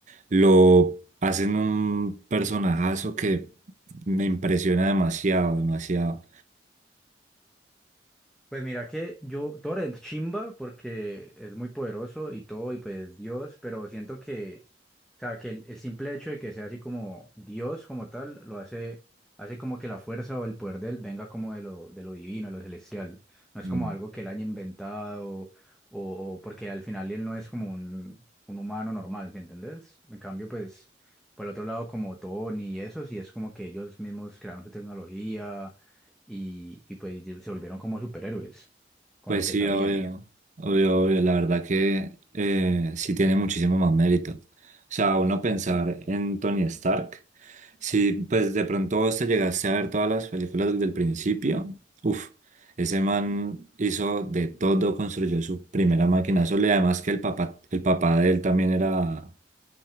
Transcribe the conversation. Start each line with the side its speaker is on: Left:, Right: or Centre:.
Right: lo hacen un personajazo que me impresiona demasiado, demasiado.
Centre: Pues mira que yo, Thor es chimba porque es muy poderoso y todo, y pues Dios, pero siento que, o sea, que el, el simple hecho de que sea así como Dios como tal, lo hace, hace como que la fuerza o el poder de él venga como de lo, de lo divino, de lo celestial. No es
Right: Mm.
Centre: como algo que él haya inventado, o, o porque al final él no es como un, un humano normal, ¿me entendés? En cambio, pues, por el otro lado, como Tony y eso, sí es como que ellos mismos crearon su tecnología y, y pues se volvieron como superhéroes con
Right: Pues
Centre: lo que
Right: sí,
Centre: sabían.
Right: obvio, obvio, obvio. La verdad que eh, sí tiene muchísimo más mérito. O sea, uno pensar en Tony Stark, si pues de pronto vos te llegaste a ver todas las películas desde el principio, uff, ese man hizo de todo, construyó su primera máquina sola y además que el papá, el papá de él también era,